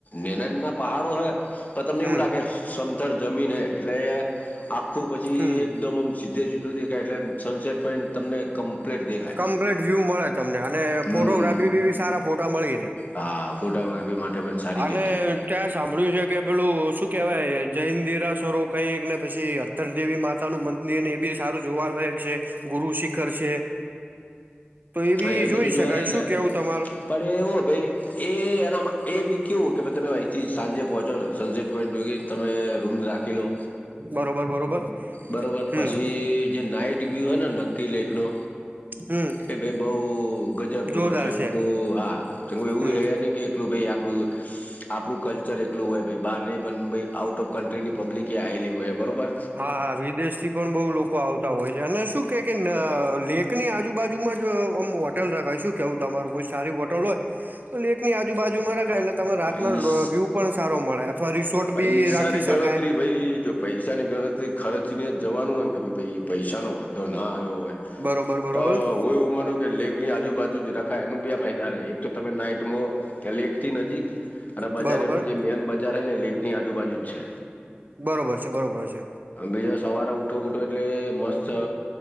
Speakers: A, on the left (about 40°); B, on the right (about 50°).
A: નેનન પહાડો હોય તો તમને
B: હમ
A: એવું લાગે સમથર જમીન હૈ એટલે આખું પછી
B: હમ
A: એકદમ આમ સીધે સીધું દેખાય એટલે સનસેટ પોઈન્ટ તમને કમ્લેટ દેખા
B: કમ્પ્લીટ વ્યુ મળે તમને અને
A: હમ
B: ફોટોગ્રાફી બી બી સારા ફોટા મળી જાય
A: હા ફોટોગ્રાફી માટે પણ સારી
B: અને
A: જગ્યા
B: ત્યાં સાંભળ્યું છે કે પેલું શું કેવાય જૈન દેરાસરો કઈક ને પછી તર દેવી માતા નું મંદિર ને એ બી સારું જોવા લાયક છે ગુરુ શિખર છે તો એ બી
A: હા
B: જોઈ
A: બધું
B: શકાય
A: જોવાલાયક
B: શું
A: હે
B: કેવું તમારું
A: પણ એવું ભાઈ એ એ દીક એવું કે તમે અહીંથી સાંજે પહોંચ <unintelligible> સનસેટ પોઈન્ટ યોગી તમે રૂમ રાખી લો
B: બરોબર બરોબર
A: બરોબર પછી
B: હમ
A: જે નાઈટ વ્યુ હે ને નક્કી લેક નો
B: હમ
A: કે ભાઈ બઉ ગજબ નો
B: જોરદાર
A: હો ચંકુ
B: છે
A: હા ચકુ એવું
B: હમ
A: હ નહી કે એકલું ભઈ <unintelligible> આપડું કલ્ચર એકલું હોય બહાર ની પણ આઉટ ઓફ કન્ટ્રીની પબ્લિક એ આયેલી હોય બરોબર
B: હા હા વિદેશ થી પણ બહુ લોકો આવતા હોય છે અને શું કે કે લેખની આજુબાજુમાં જો આમ હોટલ રખાય શું કેવું તમારું કોઈ સારી હોટલ હોય તો લેક ની આજુ બાાજુમાં રખાય એટલે તમે રાતના
A: પૈસ
B: વ્યુ પણ સારો મળે અથવા રિસોર્ટ
A: પૈસાની
B: બી રાખી શકાય
A: ગણતરી ભાઈ જો પૈસાની ગણતરી ખર્ચની જ જવાનું હોય ને કે ભાઈ પૈસાનોો વાંધો ના આવ્યો હોય
B: બરોબર બરોબર
A: તો હુંય એવું માનું લેક ની આજુબાજુ જ રખાય એનું બે ફાયદા રહે એક તો તમે નાઈટમાં લેખ થી નજીક અને બજાર
B: બરોબર
A: એનું જે મેન બજાર છે ને લેકની આજુબાજુ જ છે.
B: બરોબર છે બરોબર છે.
A: બીજો સવારે ઉઠો બઠો એટલે મસ્ત